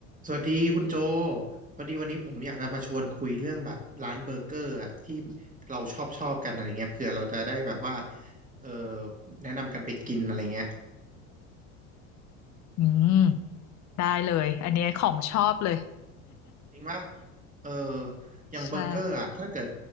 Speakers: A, on the right (about 20°); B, on the left (about 45°).
A: สวัสดีคุณโจพอดีวันนี้ผมอยากจะมาชวนคุยเรื่องแบบร้านเบอร์เกอร์อะที่เราชอบชอบกันอะไรเงี้ยเผื่อเราจะได้แบบว่าเออแนะนำกันไปกินอะไรเงี้ย
B: อืมได้เลยอันนี้ของชอบเลย
A: จริงปะเอออย่างเบอร์เกอร์อะถ้าเกิด
B: ใช่